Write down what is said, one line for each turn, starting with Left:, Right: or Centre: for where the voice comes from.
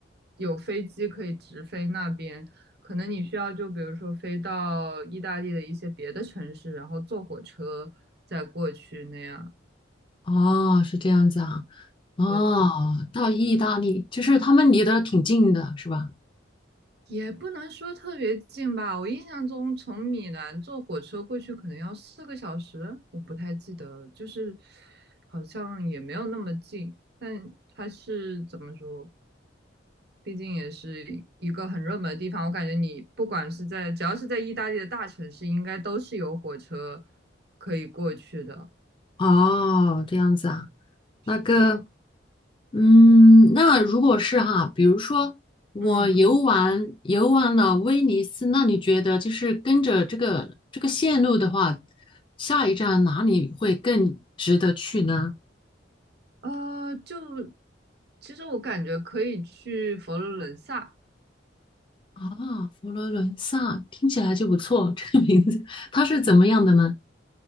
Right: 有飞机可以直飞那边，可能你需要就比如说飞到意大利的一些别的城市，然后坐火车再过去那样。
Left: 哦，是这样子啊。哦，
Right: 对。
Left: 到意大利就是他们离得挺近的，是吧？
Right: 也不能说特别近吧，我印象中从米兰坐火车过去可能要四个小时，我不太记得了，就是好像也没有那么近，但它是怎么说？毕竟也是一个很热门的地方，我感觉你不管是在只要是在意大利的大城市，应该都是有火车可以过去的。
Left: 哦，这样子啊。
Right: 是的，
Left: 那个，嗯，那如果是哈，比如说我游玩游玩了威尼斯，
Right: 嗯，
Left: 那你觉得就是跟着这个这个线路的话，下一站哪里会更值得去呢？
Right: 呃，就其实我感觉可以去佛罗伦萨。
Left: 啊，佛罗伦萨听起来就不错，这个名字它是怎么样的呢？